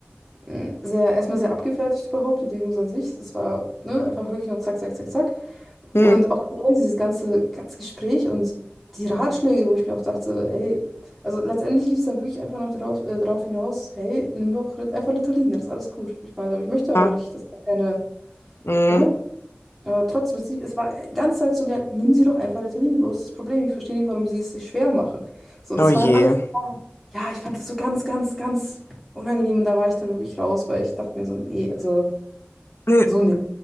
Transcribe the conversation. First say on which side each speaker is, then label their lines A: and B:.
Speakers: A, in the centre; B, on the left (about 75°).
A: mh, sehr, erstmal sehr abgefertigt überhaupt, die Diagnose an sich. Es war, ne, einfach wirklich nur zack, zack, zack, zack.
B: Mhm.
A: Und auch generell dieses ganze, ganze Gespräch und die Ratschläge, wo ich mir auch dachte, ey, also letztendlich lief es dann wirklich einfach noch darauf, äh, darauf hinaus, hey, nimm doch Rit- einfach Ritalin, dann ist alles gut. Ich meine, aber ich möchte aber
B: Ah.
A: nicht, dass da keine,
B: Mhm.
A: ne? Aber trotzdem, es, es war die ganze Zeit so, ja, nehmen Sie doch einfach Ritalin, wo ist das Problem? Ich verstehe nicht, warum Sie es sich schwer machen. So, und
B: Oh
A: das
B: je.
A: war halt alles, so, ja, ich fand das so ganz, ganz, ganz unangenehm und da war ich dann wirklich raus, weil ich dachte mir so, nee, also
B: Nee,
A: so nicht.